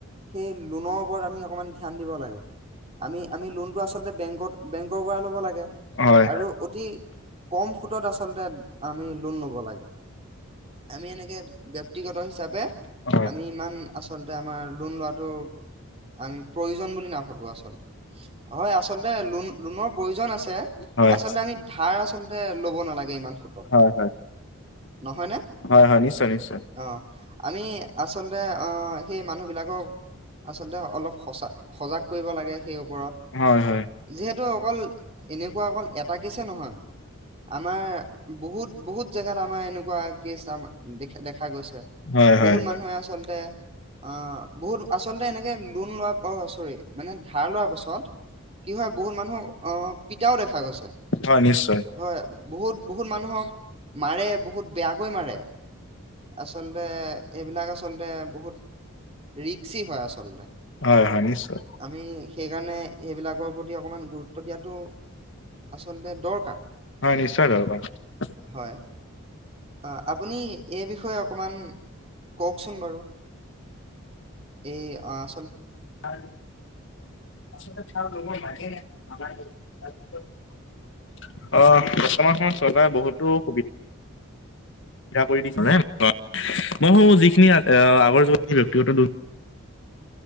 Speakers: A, on the right; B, on the left.
A: সেই লোনৰ ওপৰত আমি অকণমান ধ্যান দিব লাগে আমি আমি লোনটো আচলতে বেংকত বেংকৰ পৰা ল'ব লাগে
B: হয়
A: আৰু অতি কম সুতত আচলতে আমি লোন লব লাগে আমি এনেকে ব্যক্তিগত হিচাপে
B: হয়
A: আমি ইমান আচলতে আমাৰ লোণ লোৱাটো আমি প্ৰয়োজন বুলি নাভাবোঁ আচলতে হয় আচলতে লোণ লোণৰ প্ৰয়োজন আছে
B: হয়
A: আচলতে আমি ধাৰ আচলতে ল'ব নালাগে ইমান সোতত
B: হয় হয়
A: নহয়নে
B: হয় হয় নিশ্চয় নিশ্চয়
A: অ আমি আচলতে অ সেই মানুহিলাক আচলতে অলপ সচা সজাগ কৰিব লাগে সেই ওপৰত
B: হয় হয়
A: যিহেতু অকল এনেকুৱা অকল এটাকছে নহয় আমাৰ বহুত বহুত জেগাত আমাৰ এনেকুৱা কেছ দে দেখা গৈছে
B: হয় হয়
A: বহুত মানুহে আচলতে আহ বহুত আচলতে এনেকে লোণ লোৱাত অসচেতন চৰি মানে ধাৰ লোৱাৰ পাছত কি হয় বহুত মানুহক আহ পিতাও দেখা গৈছে
B: হয় নিশ্চয়
A: হয় বহুত বহুত মানুহক মাৰে বহুত বেয়াকৈ মাৰে আচলতে এইবিলাক আচলতে বহুত ৰিক্সি হয় আচলতে
B: হয় হয় নিশ্চয়
A: আমি সেইকাৰণে সেইবিলাকৰ প্ৰতি অকমান গুৰুত্ব দিয়াটো আচলতে দৰকাৰ
B: হয় নিশ্চয় দৰকাৰ
A: হয় অ আপুনি এই বিষয়ে অকমান কওকচোন বাৰু এ আ
B: ধাৰ আচলতে ধাৰ ল'ব লাগে নে নালাগে তাৰ বিষয়ে অকমান কওকচোন অ বৰ্তমান সময়ত চৰকাৰে বহুতো সুবিধা সুবিধা কৰি দিছে মই ভাবো যিখিনি
A: হয়
B: আহ আগৰ
A: হয়
B: যুগত ব্যক্তিগত দুখ